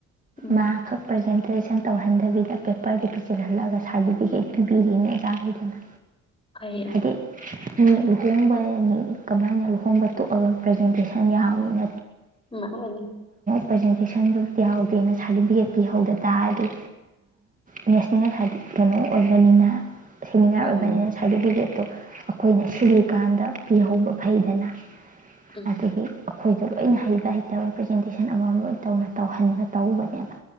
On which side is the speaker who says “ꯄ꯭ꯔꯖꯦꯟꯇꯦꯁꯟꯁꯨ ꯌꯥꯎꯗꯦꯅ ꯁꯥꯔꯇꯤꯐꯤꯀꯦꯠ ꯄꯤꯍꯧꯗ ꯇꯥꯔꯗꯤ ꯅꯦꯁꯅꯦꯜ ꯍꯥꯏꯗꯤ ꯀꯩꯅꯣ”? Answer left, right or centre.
Right